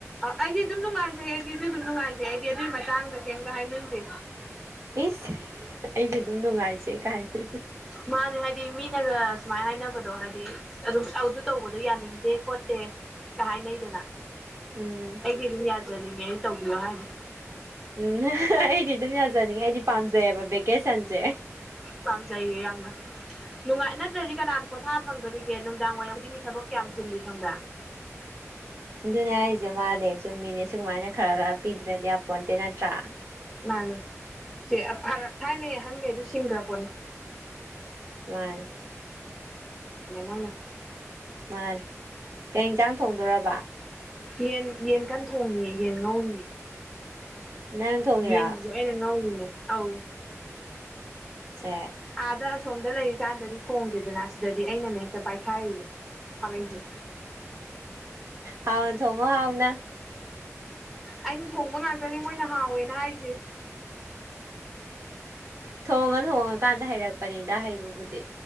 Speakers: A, in the centre; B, on the right.
A: ꯑꯩꯗꯤ ꯑꯗꯨꯝ ꯅꯨꯡꯉꯥꯏꯖꯩ ꯑꯩꯗꯤ ꯑꯗꯨ ꯑꯗꯨꯝ ꯅꯨꯡꯉꯥꯏꯖꯩ ꯑꯩꯗꯤ ꯑꯗꯨꯒꯤ ꯃꯇꯥꯡꯗ ꯀꯩꯝꯇ ꯍꯥꯏꯅꯤꯡꯗꯦ
B: ꯏꯁ ꯑꯩꯁꯨ ꯑꯗꯨꯝ ꯅꯨꯡꯉꯥꯏꯖꯩ ꯀꯥꯏꯅ
A: ꯃꯥꯅꯦ ꯍꯥꯏꯗꯤ ꯃꯤꯅꯒ ꯁꯨꯃꯥꯏꯅ ꯍꯥꯏꯅꯕꯗꯣ ꯍꯥꯏꯗꯤ ꯑꯗꯨꯝ ꯑꯗꯨ ꯇꯧꯕꯗꯣ ꯌꯥꯅꯤꯡꯗꯦ ꯈꯣꯠꯇꯦ ꯀ ꯍꯥꯏꯅꯩꯗꯅ
B: ꯎꯝ
A: ꯑꯩꯗꯤ ꯑꯗꯨꯝ ꯌꯥꯖꯅꯤꯡꯉꯦ ꯑꯩꯅ ꯇꯧꯕꯤꯌꯣ ꯍꯥꯏꯕ
B: ꯎꯝ ꯑꯩꯗꯤ ꯑꯗꯨꯝ ꯌꯥꯖꯅꯤꯡꯉꯦ ꯑꯩꯗꯤ ꯄꯥꯝꯖꯩꯑꯕ ꯚꯦꯀꯦꯁꯟꯖꯦ
A: ꯄꯥꯝꯖꯩꯌꯦ ꯌꯥꯝꯅ ꯅꯨꯡꯉꯥꯏ ꯅꯠꯇ꯭ꯔꯗꯤ ꯀꯅꯥꯅ ꯄꯣꯊꯥ ꯐꯪꯗꯣꯔꯤꯒꯦ ꯅꯨꯡꯗꯥꯡ ꯋꯥꯏꯔꯝ ꯈꯨꯗꯤꯡꯒꯤ ꯊꯕꯛ ꯀꯌꯥꯝ ꯆꯤꯜꯂꯤ ꯈꯪꯕ꯭ꯔꯥ
B: ꯑꯗꯨꯅꯦ ꯍꯥꯏꯁꯦ ꯃꯅꯦ ꯆꯨꯝꯃꯤꯅꯦ ꯁꯨꯒꯃꯥꯏꯅ ꯈꯔ ꯈꯔ ꯄꯤꯗ꯭ꯔꯗꯤ ꯌꯥꯄꯣꯟꯇꯦ ꯅꯠꯇ꯭ꯔꯥ
A: ꯃꯥꯅꯦ ꯁꯦ ꯊꯥꯏꯅꯩ ꯑꯍꯟꯈꯩꯗꯨ ꯁꯤꯡꯈ꯭ꯔ ꯄꯣꯠꯅꯤ
B: ꯃꯥꯅꯦ
A: ꯃꯣꯏꯅ
B: ꯃꯥꯅꯦ ꯀꯩ ꯏꯟꯁꯥꯡ ꯊꯣꯡꯗꯣꯏꯔꯕ
A: ꯌꯦꯟ ꯌꯦꯟ ꯀꯟꯅ ꯊꯣꯡꯉꯤꯌꯦ ꯌꯦꯟ ꯉꯧꯔꯤꯌꯦ
B: ꯅꯪ ꯊꯣꯡꯉꯤꯔꯣ
A: ꯌꯦꯟꯁꯤꯁꯨ ꯑꯩꯅ ꯉꯧꯔꯤꯅꯦ ꯑꯧ
B: ꯁꯦ
A: ꯑꯥꯗ ꯑꯁꯣꯝꯗ ꯂꯩꯔꯤꯀꯥꯟꯗꯗꯤ ꯊꯣꯡꯗꯦꯗꯅ ꯁꯤꯗꯗꯤ ꯑꯩꯅꯅꯦ ꯍꯦꯛꯇ ꯄꯥꯏꯈꯥꯏꯔꯤꯁꯦ ꯈꯥꯕꯩꯁꯦ
B: ꯎꯝ ꯍꯥꯎꯅ ꯊꯣꯡꯉꯣ ꯍꯥꯎꯅ
A: ꯑꯩꯅ ꯊꯣꯡꯕ ꯉꯥꯛꯇꯅꯤ ꯃꯣꯏꯅ ꯍꯥꯎꯋꯦꯅ ꯍꯥꯏꯖꯦ
B: ꯊꯣꯡꯉ ꯊꯣꯡꯉꯀꯥꯟꯗ ꯍꯩꯔꯛꯄꯅꯤꯗ ꯍꯩꯕꯕꯨꯗꯤ